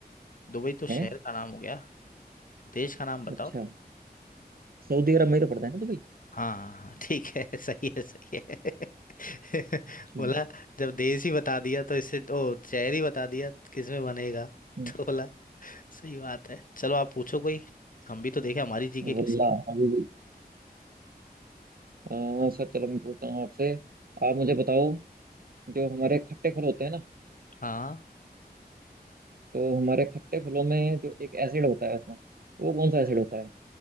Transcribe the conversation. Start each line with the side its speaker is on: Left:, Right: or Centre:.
Left: दुबई तो शहर
Right: है
Left: का नाम हो गया देश का नाम बताओ
Right: अच्छा सऊदी अरब में ही तो पड़ता है ना दुबई
Left: हाँ हाँ हाँ ठीक है <laughs> सही है सही है
Right: अच्छा
Left: <laughs> बोला जब देश ही बता दिया तो इससे ओ शहर ही बता दिया किसमें बनेगा <laughs>
Right: हम्म,
Left: तो बोला सही बात है चलो आप पूछो कोई हम भी तो देखें हमारी जीके कैसी
Right: वल्लाह
Left: है
Right: अभी भी आ, सर चलो मैं पूछता हूँ आपसे आप मुझे बताओ जो हमारे खट्टे फल होते हैं ना
Left: हाँ
Right: तो हमारे खट्टे फलों में जो एक एसिड होता है उसमें वो कौन सा एसिड होता है